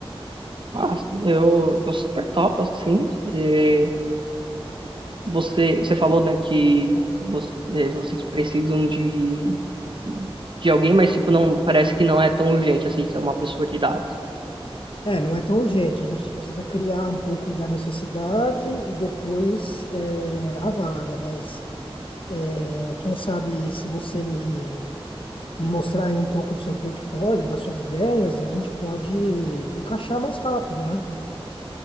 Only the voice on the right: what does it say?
Ah, eu, eu super topo, assim. eh, Você, você falou, né, que você- é, vocês precisam de, de alguém, mas tipo, não, parece que não é tão urgente assim, ser uma pessoa de dados.